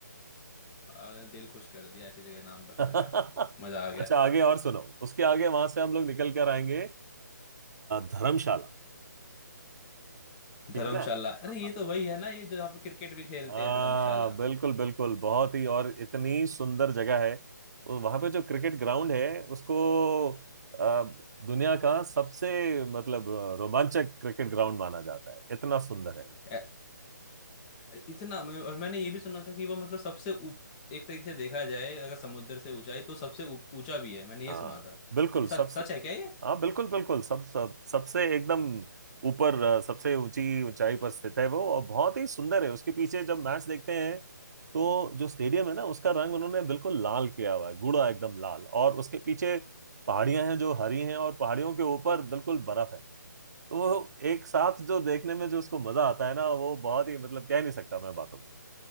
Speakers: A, on the left (about 25°); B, on the right (about 60°).
A: आपने दिल खुश कर दिया ऐसी जगह नाम बताकर
B: का।
A: मज़ा
B: <laughs>
A: आ गया
B: अच्छा आगे और सुनो उसके आगे वहां से हम लोग निकल कर आएंगे अ, धर्मशाला ठीक
A: धर्मशाला
B: है ना
A: अरे ये तो वही है ना ये जो यहाँ पे क्रिकेट भी खेलते
B: हाँ
A: हैं धर्मशाला
B: बिल्कुल बिल्कुल बहुत ही और इतनी सुंदर जगह है वहां पे जो क्रिकेट ग्राउंड है उसको अ, दुनिया का सबसे मतलब रोमांचक क्रिकेट ग्राउंड माना जाता है इतना सुंदर है
A: ए- इतना मैं- और मैंने ये भी सुना था कि वो मतलब सबसे ऊप एक तरीके से देखा जाए अगर समुद्र से ऊंचाई तो सबसे ऊप- ऊंचा भी है मैंने
B: हाँ
A: ये सुना था
B: बिल्कुल
A: ये सच
B: सबसे
A: सच है क्या ये
B: हाँ बिल्कुल बिल्कुल सब सब सबसे एकदम ऊपर अ, सबसे ऊंची ऊंचाई पर स्थित है वो और बहुत ही सुंदर है उसके पीछे जब मैच देखते हैं तो जो स्टेडियम है ना उसका रंग उन्होंने बिल्कुल लाल किया हुआ है गूढ़ा एकदम लाल और उसके पीछे पहाड़ियां हैं जो हरी हैं और पहाड़ियों के ऊपर बिल्कुल बर्फ है तो वो एक साथ जो देखने में जो उसको मजा आता है ना वो बहुत ही मतलब कह नहीं सकता मैं बातों में